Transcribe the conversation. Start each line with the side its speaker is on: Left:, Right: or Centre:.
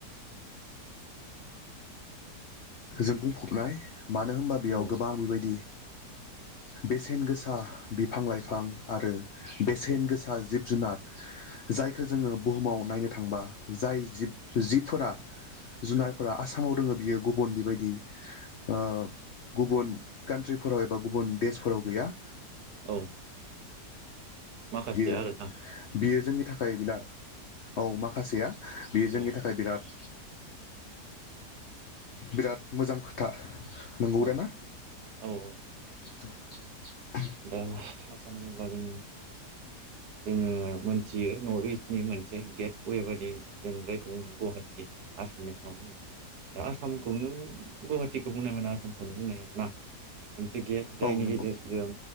Left: जों बुंफबनाय मानो होनबा बेयाव
Right: औ
Left: गोबां बेबायदि बेसेन गोसा बिफां लाइफां, आरो बेसेन गोसा जिब जुनार जायखौ जोङो बुहुमाव नायनो थांबा जाय जिब जिबफोरा जुनारफोरा आसामाव दोङो बियो गुब गुबुन बेबायदि ओ गुबुन कान्ट्रिफोराव एबा गुबुन देशफोराव गैया।
Right: औ। माखासेया
Left: बियो
Right: आरोना
Left: बियो जोंनि था खाय बिना औ माखासेया बेयो जोंनि
Right: औ
Left: थाखाय बिराद बिराद मोजां खोथा। नंगौ
Right: औ
Left: दा ना
Right: औ औ।
Left: <inaudible>
Right: दा आसाम बुंब्ला जों जोङो मोनथियो नर्थ इस्टनि मोनसे गेट वे बायदि जों जायखौ बुङो गुवाहाटि आसामनि सिङाव दङ' दा आसामखौनो गुवाहाटिखौ बुंनाय माने आसामखौनो बुंनाय आरोना। मोनसे गेफ्ट जायनि
Left: औ नंगौ
Right: गेजेरजों